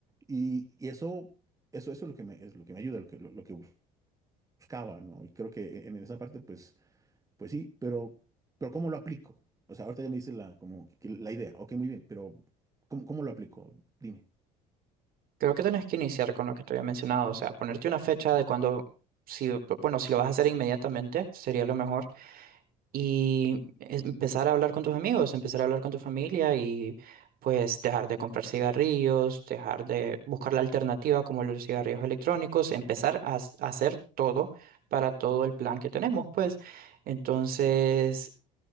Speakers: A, on the right; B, on the right.
A: Y, y eso, eso, eso es lo que me, es lo que me ayuda, lo que, lo, lo que buscaba, ¿no? Y creo que en esa parte, pues, pues sí, pero, pero ¿cómo lo aplico? O sea, ahorita ya me dice la, como que- que la idea, ok, muy bien, pero ¿cómo, cómo lo aplico? Dime.
B: creo que tenés que iniciar con lo que te había mencionado, o sea, ponerte una fecha de cuando, si, bueno, si lo vas a hacer inmediatamente, sería lo mejor, y es- empezar a hablar con tus amigos, empezar a hablar con tu familia y pues dejar de comprar cigarrillos, dejar de buscar la alternativa como los cigarrillos electrónicos, empezar a, s- a hacer todo para todo el plan que tenemos, pues. Entonces,